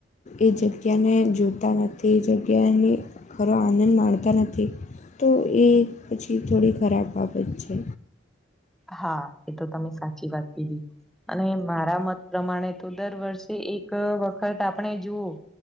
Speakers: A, on the left (about 40°); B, in the centre.
A: એ જગ્યાને જોતા નથી એ જગ્યાની ઘરો આનંદ માણતા નથી તો એ પછી થોડી ખરાબ બાબત છે.
B: હા એ તો તમે સાચી વાત કીધી અને મારા મત. પ્રમાણે તો દર વર્ષે એક વખત આપણે જુવું.